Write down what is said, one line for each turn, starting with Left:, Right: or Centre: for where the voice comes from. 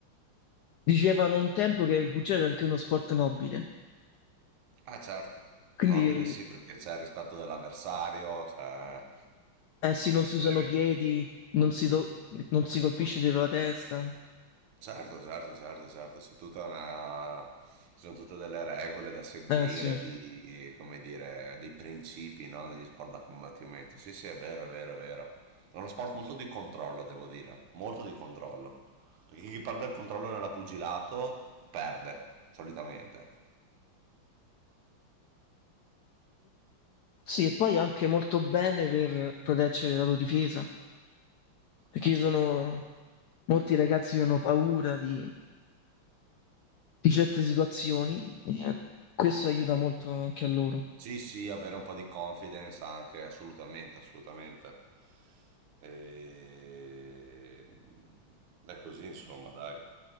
Left: dicevano un tempo che il pugilato è anche uno sport nobile.
Right: Ah certo,
Left: Quindi,
Right: nobile sì perché c'è il rispetto dell'avversario, cioè...
Left: eh sì, non si usano
Right: è vero.
Left: piedi, non si, to- non si colpisce dietro la testa.
Right: Certo, certo, certo, certo, c'è tutta una... ci sono tutte delle regole da seguire,
Left: Eh sì.
Right: di, come dire, dei principi, no? Negli sport da combattimento. Sì, sì, è vero, è vero, è vero. È uno sport molto di controllo, devo dire, molto di controllo. Perché chi perde il controllo nella pugilato perde, solitamente.
Left: Sì, e poi anche molto bene per proteggere la tua difesa, perché
Right: Ah,
Left: ci
Right: certo.
Left: sono molti ragazzi che hanno paura di, di certe situazioni e questo aiuta molto anche a loro.
Right: Sì, sì, avere un po' di confidence anche, assolutamente, assolutamente. E... È così, insomma, dai.